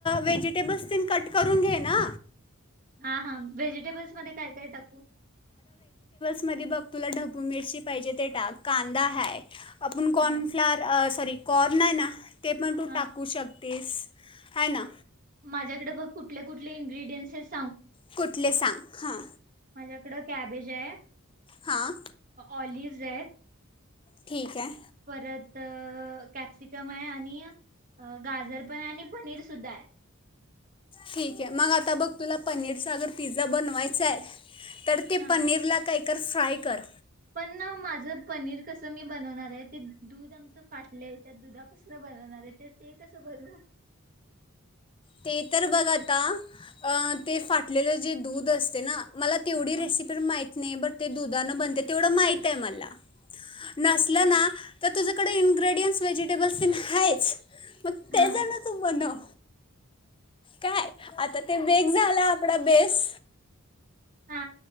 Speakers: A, on the left; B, on the right.
A: व्हेजिटेबल्स तेन कट करून घे ना
B: ह हां व्हेजिटेबल्स मध्ये काय काय टाकू
A: मधी बघ तुला ढबू मिरची पाहिजे ते टाक कांदा हाय आपण कॉर्नफ्लाअर
B: हा
A: अ सॉरी कॉर्न नाय ना ते पण तू
B: हा
A: टाकू शक तेस हाय ना
B: माझ्याकड बघ कुठले कुठले इनग्रेडियंट्स आहेस
A: कुठले सांग हां
B: माझ्याकडं कॅबेज ये,
A: हां
B: ऑलिव्ह्ज हेत.
A: ठीक ये.
B: परत कॅप्सिकम आहे आणि गाजर पण आहे आणि पनीर सुद्धा आहे.
A: ठीक ये मग आता बघ तुला पनीर चा अगर पिझ्झा बनवायचाय. तर ते
B: हा
A: पनीरला काय कर फ्राय कर
B: पण ना माझं पनीर कसं मी बनवणार आहे, ते दूध आमचं फाटलंय त्या दुधापासन बनवणारये तर ते कसं बनवु?
A: ते तर बघ आता अ ते फाटलेलं जे दूध असते ना मला तेवढी
B: हा
A: रेसिपी माहित नाही बट ते दुधान बनते तेवढं माहित आहे मला नसलं
B: अच्छा
A: ना तर तुझ्य कडे इनग्रेडियंट् व्हेजिटेबल्स तेन आहेच. मग
B: हा
A: ते जाण तू बनव. काय आता ते बेक झाला आपला बेस
B: हा